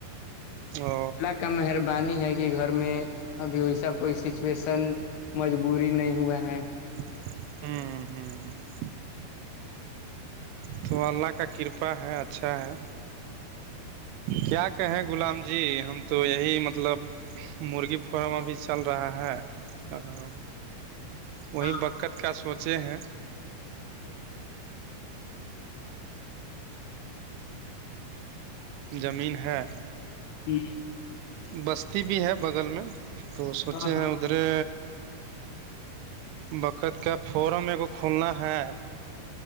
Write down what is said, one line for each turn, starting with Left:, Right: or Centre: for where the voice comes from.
Right: او
Left: اللہ کا مہربانی ہے کہ گھر میں ابھی ویسا کوئی سچویشن مجبوری نہیں ہوا ہے
Right: ہوں ہوں تو اللہ کا کرپا ہے اچھا ہے کیا کہیں غلام جی ہم تو یہی مطلب مرغی فارم ابھی چل رہا ہے اور وہیں
Left: ہاں
Right: بقت کا سوچے ہیں <inaudible> زمین ہے
Left: جی
Right: بستی بھی ہے بغل میں تو سوچے
Left: ہاں
Right: ہیں ادھرے بکت کا فورم میرے کو کھولنا ہے